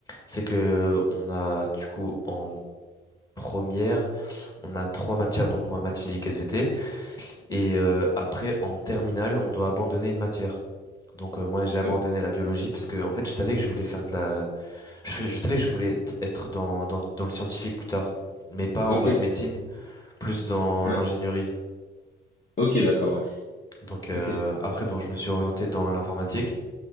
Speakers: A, on the left; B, on the left.
A: c'est que on a du coup en première, on a trois matières, donc moi, maths, physique, SVT. Et euh, après, en terminale, on doit abandonner une matière. Donc euh, moi, j'ai abandonné
B: O-
A: la biologie parce que, en fait, je savais que je voulais faire de la... Je, je savais que je voulais t- être dans, dans, dans le scientifique plus tard, mais pas en
B: Ok,
A: mode médecine, plus dans
B: ouais.
A: l'ingénierie.
B: Ok, d'accord, ouais.
A: Donc euh,
B: Ok.
A: après, bon, je me suis orienté dans l'informatique.